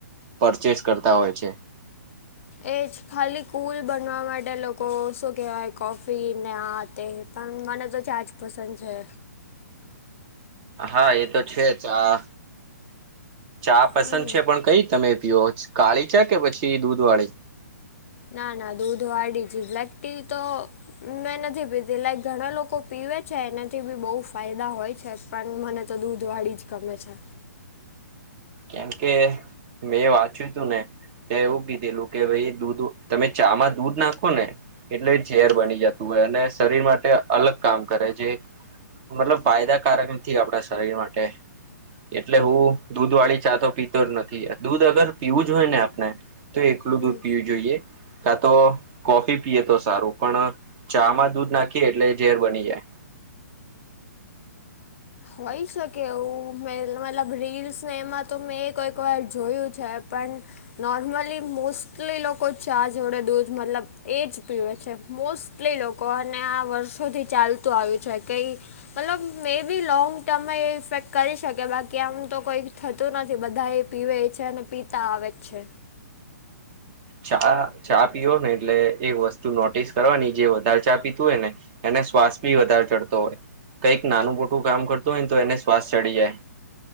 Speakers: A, on the right (about 35°); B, on the left (about 45°).
A: પરચેસ કરતા હોય છે.
B: એ જ ખાલી કૂલ બનવા માટે લોકો શું કહેવાય કોફીને આ તે પણ મને તો ચાજ પસંદ છે.
A: હા એ તો છે. ચા ચા પસંદ
B: હમ
A: છે પણ કઈ તમે? પી કાળી છે કે પછી દૂધ વાળી?
B: ના ના દૂધ વાડી જ બ્લેક ટી તો મેં નથી પીતી લાઈક ઘણા લોકો પીવે છે, એનાથી બી બહુ ફાયદા હોય છે. પણ મને તો દૂધવાળી જ ગમે છે.
A: કેમ કે મેં વાંચ્યું તું ને તો એવું કીધેલું, કે ભાઈ દૂધ તમે ચામાં દૂધ નાખો ને એટલે ઝેર
B: હમ
A: બની જતો હોય અને શરીર માટે અલગ કામ કરે, જે મતલબ ફાયદાકારક નથી આપડા શરીર માટે, એટલે હું દૂધ વાળી ચા તો પીતો જ નથી. દૂધ અગર પીવું જ હોય ને આપણે તો એકલું
B: હમ
A: દૂધ પીવું જોઈએ. કા તો કોફી પીએ તો સારું પણ ચા માં દૂધ નાખીએે એટલે એ ઝેર બની જાય.
B: હોઈ શકે એવું મે મતલબ રીલ્સને એમાં તો મેં એક એક વાર જોયું છે પણ નોર્મલી મોસ્ટલી લોકો ચા જોડે દૂધ મતલબ એ જ પીવે છે. મોસ્ટ કેટલી લોકો અને આ વર્ષોથી ચાલતું આવ્યું છે કઈ મતલબ મે એ બી લોંગ ટર્મમાં એ ઇફેક્ટ કરી શકે બાકી આમ તો કોઈ થતું નથી બધા એ પીવે છે અને પી તા આવે જ છે.
A: ચા ચા પીઓ ને એટલે એક વસ્તુ નોટિસ કરવાની જે વધારે ચા પીતું હોય ને, એને શ્વાસ બી વધારે ચડતો હોય કંઈક નાનું મોટું કામ કરતું હોય ને તો એને શ્વાસ ચડી જાય.